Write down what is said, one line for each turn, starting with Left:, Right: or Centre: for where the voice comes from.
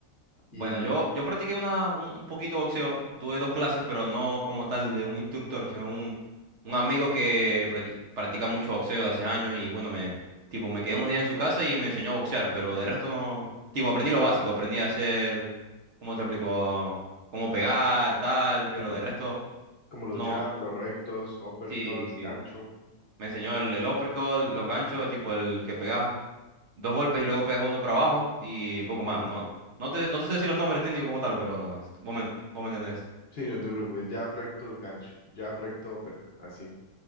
Left: Y,
Right: Bueno, yo,
Left: y
Right: yo practiqué una, un, un poquito boxeo. Tuve dos clases, pero no como tal de un instructor, sino un, un amigo que pra- practica mucho boxeo de hace años y bueno, me, tipo, me quedé unos días en su casa y me enseñó a boxear, pero de resto no, tipo, aprendí lo básico, aprendí a hacer, ¿cómo te explico? Cómo pegar, tal,
Left: epa,
Right: pero de resto
Left: como
Right: no,
Left: los jab, los rectos, uppercut,
Right: sí, sí.
Left: gancho.
Right: Me enseñó el, el uppercut, los ganchos, tipo el que pegás dos golpes y luego pegas uno por abajo y poco
Left: Ujú.
Right: más. No, no te, no te sé decir los nombres técnicos como tal, pero vos me, vos me entendés.
Left: Sí, no te preocupes. Jab, recto, gancho. Jab, recto, uppercut. Así.